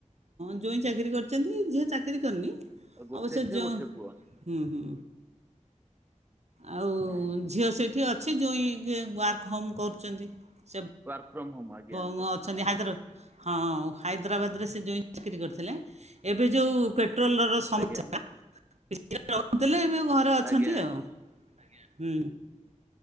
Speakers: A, on the right; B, on the right.
A: ଜ୍ୱୋଇଁ ଚାକିରି କରିଛନ୍ତି ଝିଅ ଚାକିରି କରିନି।
B: ଗୋଟେ
A: ଅବଶ୍ୟ
B: ଝିଅ
A: ଜୋ
B: ଗୋଟେ ପୁଅ।
A: ହୁଁ ହୁଁ। ଆଉ
B: ଓହୋ।
A: ଝିଅ ସେଇଠି ଅଛି ଜ୍ୱୋଇଁ ୱାର୍କ ହୋମ୍ କରୁଛନ୍ତି। ସେ
B: ୱାର୍କ ଫ୍ରମ ହୋମ ଆଜ୍ଞା
A: ବ
B: ଆଜ୍ଞା
A: ମ ଅଛନ୍ତି ହାଇଦ୍ର ହଁ ହାଇଦ୍ରାବାଦ ରେ ସେ ଜ୍ୱୋଇଁ ଚାକିରି କରିଥିଲେ। ଏବେ ଯୋଉ ପେ ପେଟ୍ରୋଲର ସମସ୍ୟା
B: ଆଜ୍ଞା
A: ରହୁଥିଲେ। ଏବେ ଘରେ ଅଛନ୍ତି
B: ଆଜ୍ଞା ଆଜ୍ଞା ଆଜ୍ଞା
A: ଆଉ। ହୁଁ।